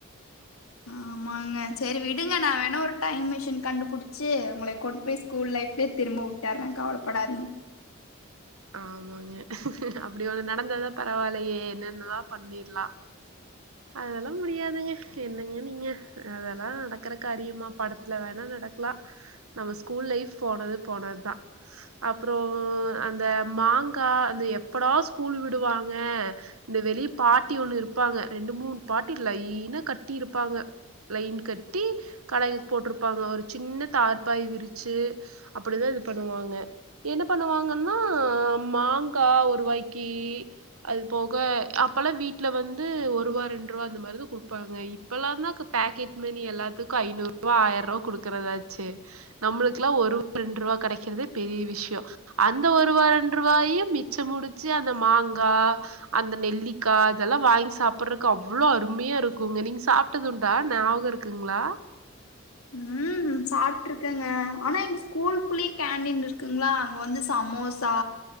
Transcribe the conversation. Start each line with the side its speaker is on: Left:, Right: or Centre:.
Left: ஆமாங்க சரி விடுங்க நா வேணா ஒரு டைம் மிஷின் கண்டுபுடிச்சு உங்களைய கொண்டு போய் ஸ்கூல் லைஃப்லயே திரும்ப உட்டர்றே கவலப்படாதீங்க
Right: ஆமாங்க அப்டி ஒண்ணு நடந்தாதா பரவாயில்லையே என்னன்னுலா பண்ணிரலா அதெல்லா முடியாதுங்க என்னங்க நீங்க அதெல்லா நடக்கற காரியமா படத்துல வேணா நடக்கலா நம்ம ஸ்கூல் லைஃப் போனது போனதுதா அப்புற அந்த மாங்கா அந்த எப்படா ஸ்கூல் விடுவாங்க இந்த வெளிய பாட்டி ஒண்ணு இருப்பாங்க ரெண்டு மூணு பாட்டி லைனா கட்டி இருப்பாங்க லைன் கட்டி கடைகள் போட்ருப்பாங்க ஒரு சின்ன தார்பாய் விரிச்சு அப்படிதா இது பண்ணுவாங்க என்ன பண்ணுவாங்கன்னா அ மாங்கா ஒருவாய்க்கி அது போக அப்பல்லா வீட்ல வந்து ஒருவா ரெண்டு ரூவா அந்த மாரிதா கொடுப்பாங்க இப்பல்லா தான் பாக்கெட் மணி எல்லாத்துக்கு ஐநூறு ரூவா ஆயிர ரூவா குடுக்கறதாச்சு நம்மளுக்குல்லா ஒருவா ரெண்டு ரூவா கடைக்கிறதே பெரிய விஷய அந்த ஒரு ஒருவா ரெண்டு ரூவாயு மிச்சம் புடிச்சு அந்த மாங்கா அந்த நெல்லிக்கா இதெல்லா வாங்கி சாப்டுறக்கு அவ்ளோ அருமையா இருக் குங்க நீங்க சாப்ட்டதுண்டா ஞாவக இருக்குங்களா
Left: ம் சாப்ட்டு இருக்கங்க ஆனா எங்க ஸ்கூல்குள்ளயே கேண்டீன் இருக்குங்களா அங்க வந்து சமோசா